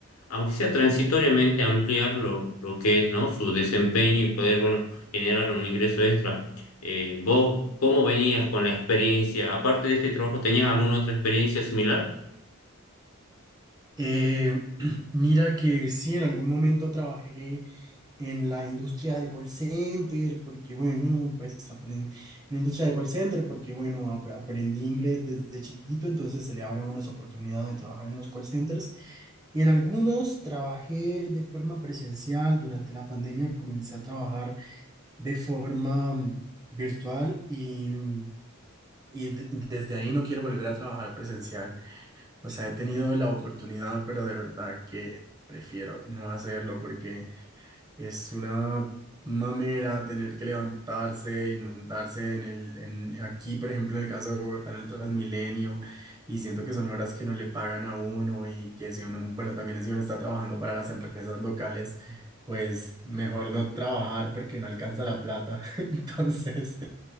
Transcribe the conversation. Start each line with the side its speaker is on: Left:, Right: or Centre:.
Left: aunque sea transitoriamente, ampliar lo, lo que es, ¿no? su desempeño y poder, bueno, generar un ingreso extra. Eh, ¿vos cómo venías con la experiencia? Aparte de este trabajo, ¿tenías alguna otra experiencia similar?
Right: Eh, <clears throat> mira que sí, en algún momento trabajé en la industria de call center, porque bueno, pues aprendí en la industria de call center, porque bueno, ap- aprendí inglés desde chiquito, entonces se le abren unas oportunidades de trabajar en los call centers. Y en algunos trabajé de forma presencial. Durante la pandemia comencé a trabajar de forma mm, virtual y, mm, y de- desde ahí no quiero volver a trabajar presencial. O sea, he tenido la oportunidad, pero de verdad que prefiero no hacerlo porque... Es una mamera tener que levantarse y montarse en el, en, aquí, por ejemplo, en el caso de Bogotá, en el Transmilenio, y siento que son horas que no le pagan a uno y que si uno, bueno, también si uno está trabajando para las empresas locales, pues mejor no trabajar porque no alcanza la plata. <laughs> Entonces,